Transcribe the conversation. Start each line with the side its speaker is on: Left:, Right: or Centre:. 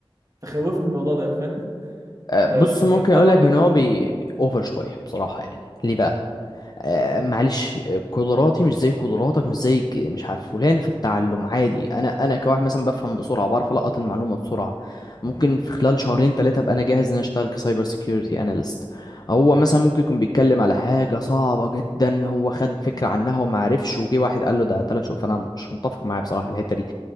Right: فخوفني من الموضوع ده فاهم <laughs>
Left: آه، بص
Right: فمش
Left: ممكن
Right: عارف
Left: اقول
Right: هل هو
Left: لك
Right: كده
Left: ان
Right: فاهم؟
Left: هو بي, بي اوفر شوية بصراحة يعني ليه بقى آه،
Right: مم.
Left: معلش آه، قدراتي مش زي قدراتك مش زي ك- مش عارف فلان في التعلم عادي انا انا كواحد مثلا بفهم بسرعه بعرف القط المعلومه بسرعه ممكن في خلال شهرين ثلاثه ابقى انا جاهز ان أنا اشتغل كسايبر سيكيورتي اناليست هو مثلا ممكن يكون بيتكلم على حاجه صعبه جدا هو خد فكره عنها وما عرفش وجي واحد قال له ده ثلاث شهور فانا مش متفق معاه بصراحه في الحته دي